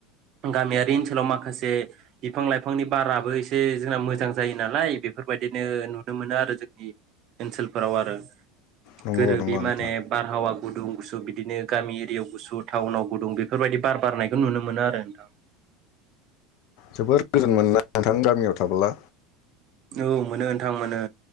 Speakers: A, on the right; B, on the left.
A: गामियारि ओनसोलाव माखासे बिफां लाइफांनि बाराबो एसे एसे जोंना मोजां जायो नालाय बेफोरबायदिनो नुनो मोनो आरो जोंनि ओनसोलफोराव आरो।
B: नंगौ
A: गोरोबि
B: नंगौ
A: माने
B: नोंथां
A: बारहावा गुदुं गुसु बिदिनो गामि एरियायाव गुसु टाउनाव गुदुं बेफोरबायदि बार बारनायखौ नुनो मोनो आरो नोंथां।
B: जोबोर गोजोन मोनोना नोंथां गामियाव थाबोला।
A: औ मोनो नोंथां मोनो